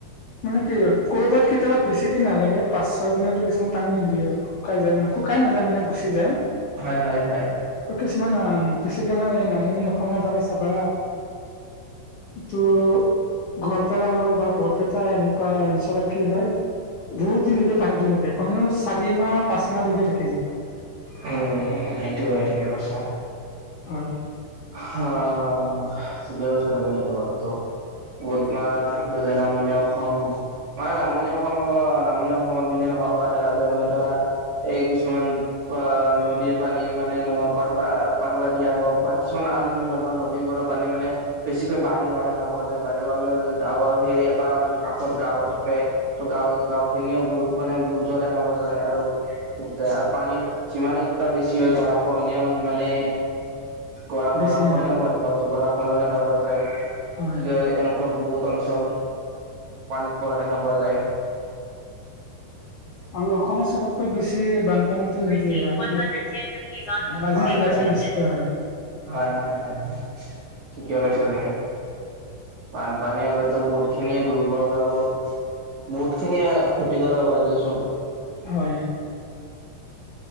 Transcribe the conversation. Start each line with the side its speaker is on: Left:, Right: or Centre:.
Left: মানে কি হয় কৰ'বাত কেতিয়াবা বেছি দিন নালাগে। পাঁচ ছয় দিনতো কিছুমান পানী হেৰি হয়। শুকাই যায়, মানে শুকাই নাযায় মানে গুচি যায়।
Right: হয় হয় হয়
Left: আৰু কিছুমান বেছিকে মানে এই নামনি অসমৰ ফালে চাবা ত' গোৱালপাৰা হওক বা বৰপেটা এনেকুৱা অঞ্চলত কি হয় বহুত দিনলৈকে পানী থাকে, কমেওঁ চাৰি মাহ পাঁচ মাহকে থাকে।
Right: উম', সেইটো হয় ঠিকে কৈছা।
Left: হয়',।
Right: হ' ঠিকেই কৈছা তুমি এইটো কথাটো। কত বা থাকিব যেনে নামনি অসম। মানে নামনি অসম অলপ নামনি অসমৰ পিনে হোৱা দেখা যায়, মানে ধৰা এই কিছুমান অ' নদীৰ পানী মানে পাগলা পাগলা দিয়া হওক বা কিছুমান আন ধৰণৰ নদীবোৰৰ পানী মানে বেছিকৈ বাৰি অহা দেখা পোৱা যায়, বাঢ়ি অহালৈ গাঁৱৰ সেই এটা যদি কাষত গাওঁ থাকে। ত' গাঁও- গাঁও খিনিও বহুত মানে বুৰ যোৱা দেখা পোৱা যায়, আৰু আৰু পানীৰ সিমানে উত্তৰ বেছি হয় গৰা খহনীয়াও সিমানে গৰা- গৰাখনেও
Left: বেছি হয়
Right: হোৱা দেখা পোৱা যায় গৰাখনেও দেখা পোৱা যায়,
Left: হয়
Right: এনেকুৱা বহুত অঞ্চল পানীত পৰা দেখা পোৱা যায়।
Left: আৰু অসমত চবতকৈ বেছি বানপানীতটো হে ধেমাজি জিলাৰত হে
Right: হয় হয়
Left: বেছি কৈ হয়।
Right: হয়', হয়', হয়', ঠিকেই কৈছা তুমি। বানপানী হ'লেতো বহুত খিনিয়ে দুৰ্বল আৰু বহুত খিনিয়ে ক্ষতিকাৰক হয় দিয়চোন।
Left: হয়',।